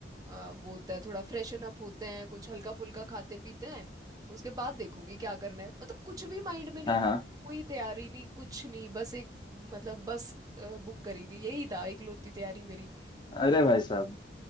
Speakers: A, on the right; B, on the left.
A: अ, वो होता है थोड़ा फ्रेशन अप होते हैं कुछ हल्का फुल्का खाते पीते हैं उसके बाद देखूंगी क्या करना है मतलब कुछ भी माइंड में नहीं
B: हाँ हाँ
A: कोई तैयारी नहीं कुछ नहीं बस एक मतलब बस बुक करी थी यही था इकलौती तैयारी मेरी
B: अरे भाई साहब